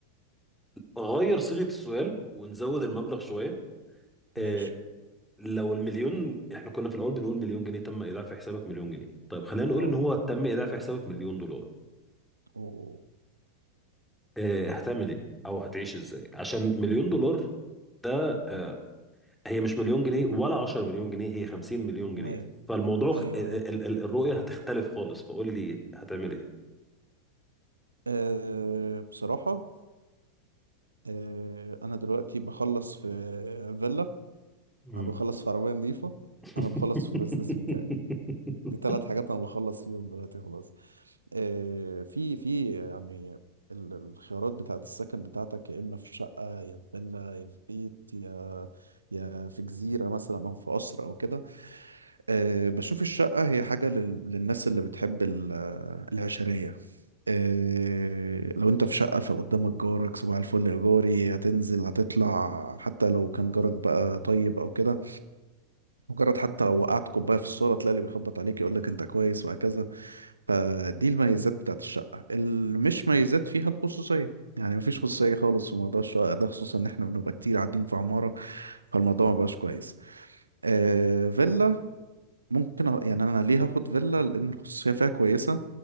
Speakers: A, in the centre; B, on the right.
A: غير صيغه السؤال ونزود المبلغ شويه آه،
B: ماشي
A: لو المليون احنا كنا في الاول بنقول مليون جنيه تم ايداع في حسابك مليون جنيه طيب خلينا نقول
B: اه
A: ان هو تم ايداع في حسابك مليون دولار
B: أوه.
A: اه هتعمل ايه او هتعيش ازاي عشان مليون دولار ده هي مش مليون جنيه ولا 10 مليون جنيه هي 50 مليون جنيه
B: ايوه
A: فالموضوع
B: ايوه
A: خ- ال
B: ايوه
A: ال ال- الرؤية هتختلف خالص فقول لي هتعمل ايه
B: أه بصراحه أه انا دلوقتي بخلص في فيلا
A: مم.
B: انا بخلص في عربيه نظيفه
A: <laughs>
B: انا بخلص في بزنس بتاعي دي ثلاث حاجات انا بخلص فيهم دلوقتي خلاص آه، في في يعني ال- الخيارات بتاعت السكن بتاعتك يا اما في شقه يا في فيلا يا في بيت يا يا في جزيره مثلا او في قصر او كده آه، بشوف الشقه هي حاجه لل- للناس اللي بتحب ال- العشريه آه، لو انت في شقة فقدامك جارك صباح الفل يا جاري هتنزل هتطلع حتى لو كان جارك بقى طيب او كده مجرد حتى لو وقعت كوبايه في الصاله تلاقي اللي بيخبط عليك يقول لك انت كويس وهكذا فدي الميزات بتاعت الشقه اللي مش ميزات فيها الخصوصيه يعني مفيش خصوصيه خالص في موضوع الشقه ده خصوصا ان احنا بنبقى كتير قاعدين في عماره فالموضوع مبقاش كويس آه فيلا ممكن أ- يعني انا ليه هاخد فيلا لان الخصوصيه فيها كويسه